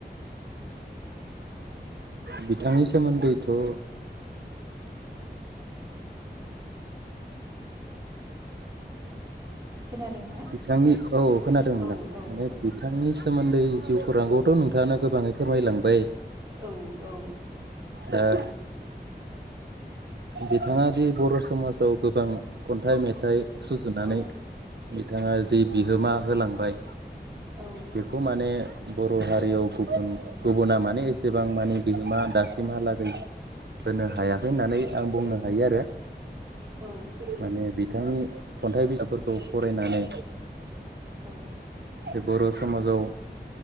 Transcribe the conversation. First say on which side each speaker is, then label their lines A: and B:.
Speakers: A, on the right; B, on the right.
A: बिथांनि सोमोन्दैथ'।
B: खोनादों। ना
A: बिथांनि औ खोनादों नोंथां
B: औ औ
A: माने
B: औ
A: बिथांनि
B: नोंथां
A: सोमोन्दै जिउ खौरांखौथ' नोंथाङानो गोबाङै फोरमायलांबाय।
B: औ औ।
A: दा। बिथाङा दि बर' समाजाव गोबां खन्थाइ मेथाइ सुजुनानै
B: औ
A: बिथाङा जि बिहोमा होलांबाय
B: औ
A: बेखौ माने बर' हारियाव गुबुन गुबुना माने एसेबां माने बिहोमा दासिमहालागै होनो हायाखै होननानै आं बुंनो हायो आरो
B: औ
A: माने बिथांनि खन्थाइ बिजाबफोरखौ फरायनानै
B: औ
A: बे बर' समाजाव